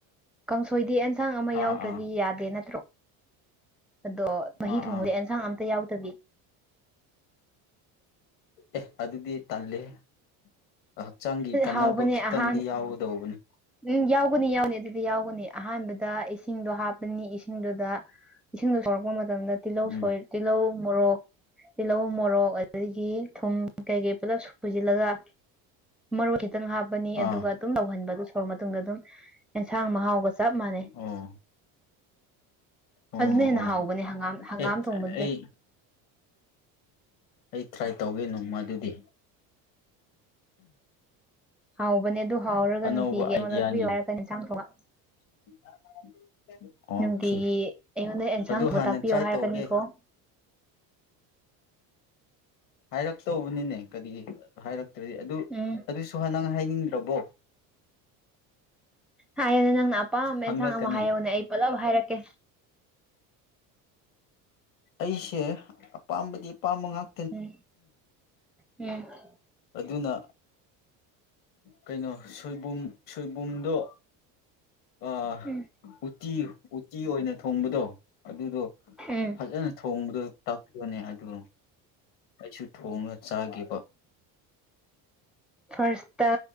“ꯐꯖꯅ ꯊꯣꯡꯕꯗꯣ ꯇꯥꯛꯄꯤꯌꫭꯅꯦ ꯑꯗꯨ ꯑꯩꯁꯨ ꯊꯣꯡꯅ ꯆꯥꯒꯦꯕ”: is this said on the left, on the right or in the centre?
Left